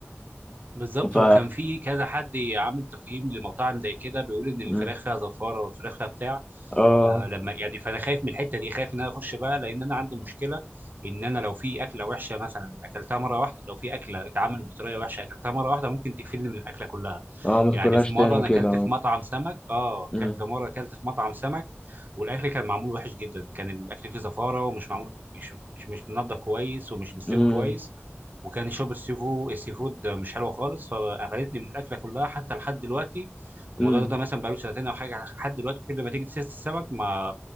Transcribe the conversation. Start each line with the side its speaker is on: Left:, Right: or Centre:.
Right: بالظبط
Left: ف
Right: هو كان في كذا حد عامل تقييم لمطاعم زي كده بيقول ان الفراخ
Left: مم.
Right: فيها زفاره والفراخ فيها بتاع
Left: اه
Right: آه لما يعني فانا خايف من الحته دي خايف ان انا اخش بقى لان انا عندي مشكله ان انا لو في اكله وحشه مثلا اكلتها مره واحده لو في اكله اتعملت بطريقه وحشه اكلتها مره واحده ممكن تقفلني من الاكله كلها
Left: اه ما تاكلهاش
Right: يعني في مره
Left: تاني
Right: انا
Left: كده
Right: اكلت في مطعم سمك اه
Left: مم.
Right: ك- في مره اكلت في مطعم سمك والاكل كان معمول وحش جدا كان الاكل فيه زفاره ومش معمول مش مش مش منضف كويس ومش مستوي
Left: مم.
Right: كويس وكان يشرب السي فود السي فود مش حلوه خالص فقرفني من الاكله كلها حتى لحد دلوقتي الموضوع
Left: مم.
Right: ده, ده مثلا بقاله سنتين او حاجه لحد دلوقتي كل ما تيجي سيره السمك ما